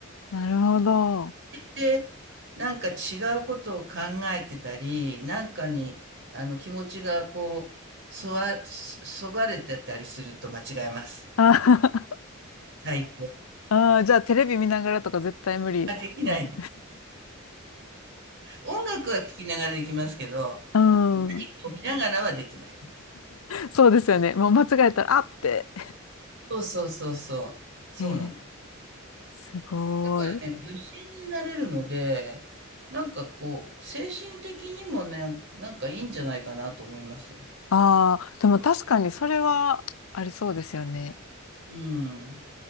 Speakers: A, on the left; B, on the right.
A: なるほど。
B: で、なんか違うことを考えてたり、なんかに、あの、気持ちがこう、そわ、そそがれてたりすると間違えます。
A: あ
B: 大抵。
A: <laughs> あー、じゃあテレビ見ながらとか絶対無理です。
B: あ、できないです。音楽は聴きながらできますけど、
A: うん。
B: 何かを見ながらはできないです。
A: そうですよね。もう間違えたら、あって。
B: そうそうそうそう。そうなの。
A: えー、すごい。
B: だからね、無心になれるので、なんかこう、精神的にもね、なんかいいんじゃないかなと思いますよ。
A: ああ、でも確かにそれはありそうですよね。
B: うん。